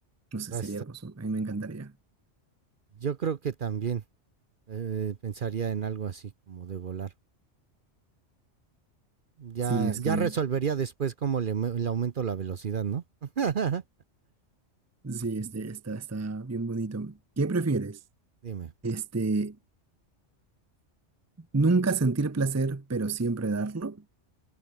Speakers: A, on the right (about 15°); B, on the right (about 50°).
A: no sé,
B: Ya
A: sería hermoso, a mí me encantaría.
B: Yo creo que también eh, pensaría en algo así como de volar. Ya,
A: Sí, es
B: ya
A: que
B: resolvería después cómo le, le aumento la velocidad, ¿no? <laughs>
A: sí, este, está, está bien bonito. ¿Qué prefieres?
B: Dime.
A: Este, Nunca sentir placer, pero siempre darlo.